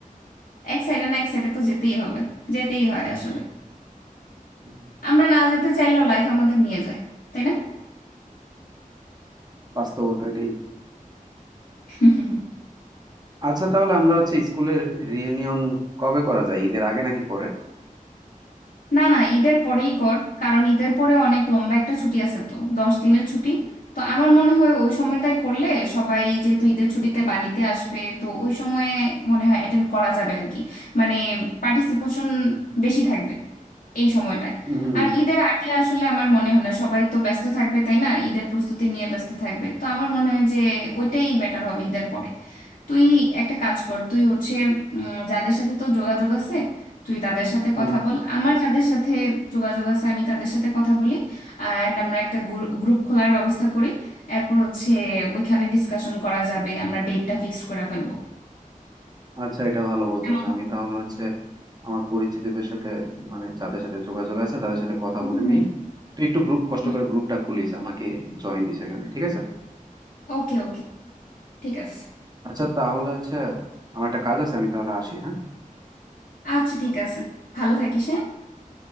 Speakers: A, on the left; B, on the right.
A: এক সাইডে না এক সাইডে তো যেতেই হবে যেতেই হয় আসলে
B: হুম।
A: আমরা না যেতে চাইলেও লাইফ আমাদের নিয়ে যায় তাই না
B: বাস্তবতা এটাই
A: <laughs>
B: আচ্ছা তাহলে আমরা হচ্ছে স্কুলের রিইউনিয়ন কবে করা যায় ঈদের আগে নাকি পরে
A: না না ঈদের পরেই কর কারণ ঈদের পরে অনেক লম্বা একটা ছুটি আছে তো দশ দিনের ছুটি তো আমার মনে হয় ওই সময়টাই করলে সবাই যেহেতু ঈদের ছুটিতে বাড়িতে আসবে তো ওই সময়ে মনে হয় অ্যাটেন্ড করা যাবে আর কি মানে পার্টিসিপেশন বেশি থাকবে এই সময়টায়
B: হুম
A: আর ঈদের আগে আসলে আমার মনে হয় না সবাই তো ব্যস্ত থাকবে তাই না ঈদের প্রস্তুতি নিয়ে ব্যস্ত থাকবে তো আমার মনে হয় যে ওইটাই বেটার হবে ঈদের পরে তুই একটা কাজ কর তুই হচ্ছে উম, যাদের সাথে তোর যোগাযোগ আছে তুই তাদের সাথে
B: হুম
A: কথা বল আমার যাদের সাথে যোগাযোগ আছে আমি তাদের সাথে কথা বলি অ্যান্ড আমরা একটা গ্রুপ খোলার ব্যবস্থা করি এরপর হচ্ছে ওইখানে ডিসকাশন করা যাবে আমরা ডেটটা ফিক্সড করে ফেলবো
B: আচ্ছা এটা ভালো বলছো
A: কেমন
B: আচ্ছা,
A: হয়?
B: আমি তাহলে হচ্ছে আমার পরিচিতদের সাথে মানে যাদের সাথে যোগাযোগ আছে তাদের সাথে কথা
A: হুম
B: বলে নেই তুই একটু গ্রুপ কষ্ট
A: হুম
B: করে গ্রুপটা খুলিস আমাকে জয়েন দিস এখানে ঠিক আছে
A: ওকে ওকে ঠিক আছে
B: আচ্ছা তাহলে হচ্ছে আমার একটা কাজ আছে আমি তাহলে আসি হ্যাঁ
A: আচ্ছা ঠিক আছে ভালো থাকিস হ্যাঁ